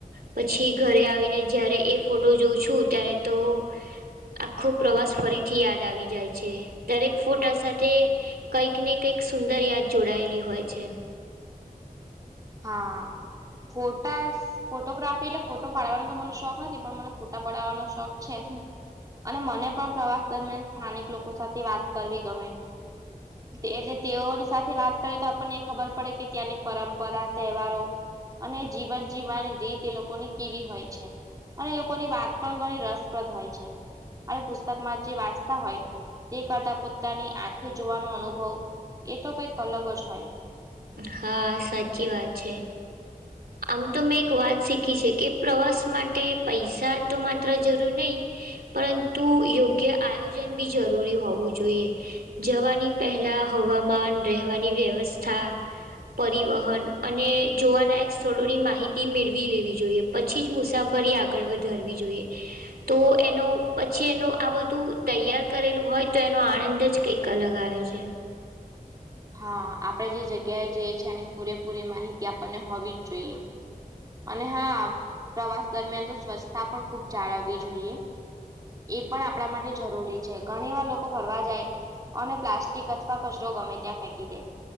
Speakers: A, on the right; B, on the right.
A: પછી ઘરે આવીને જયારે એ ફોટો જોઉ છું તું ત્યારે તો આખો પ્રવાસ ફરીથી યાદ આવી જાય છે. દરેક ફોટા સાથે કંઈક ને કઈક સુંદર યાદ જોડાયેલી હોય છે.
B: હા, ફોટા સ ફોટોગ્રાફી એટલે ફોટો પાડવાનો તો મને શોખ નથી પણ મને ફોટા પડાવાનો શોખ છે. અને મને પણ પ્રવાસ દરમિયાન સ્થાનિક લોકો સાથે વાત કરવી ગમે એટલે તેઓની સાથે વાત કરે તો આપણને ખબર પડે કે ત્યાંની પરં પરા તહેવારો અને જીવન જીવવાની રીત એ લોકોની કેવી હોય છે. અને લોકોની વાત પણ ઘણી રસપ્રદ હોય છે. આવી પુસ્તક માં જે વાંચતા હોય. તે કરતા પોતાની આંખે જોવાનો અનુભવ એ તો કંઈક અલગ જ હોય.
A: હા સાચી વાત છે. આમ તો મેં એક વાત શીખી છે કે પ્રવાસ માટે પૈસા તો માત્ર જરૂર નહીં પરં તો યોગ્ય આયોજન બી જરૂરી હોવું જોઈએ જવાની પહેલાં હવામાન રહેવાની વ્યવસ્થા. પરિવહન અને જોવાલાયક સ્થળોની માહિતી મેળવી લેવી જોઈએ. પછી જ મુસાફરી આગળ વધારવી જોઈએ. તો એનો પછી એનો આ બધું તૈયાર કરેલું હોય તો એનો આનંદ જ કઈ અલગ આવે છે.
B: હા આપણે જે જગ્યાએ જે છે એની પૂરેપૂરી માહિતી આપણને હોવી જ જોઈએ. અને હા પ્રવાસ દરમિયાન તો સ્વચ્છતા પણ ખુબ જાળવવી જોઈએ. એ પણ આપણા માટે જરૂરી છે. ઘણીવાર લોકો ફરવા જાય અને પ્લાસ્ટિક અથવા કચરો ગમે ત્યાં ફેંકી દે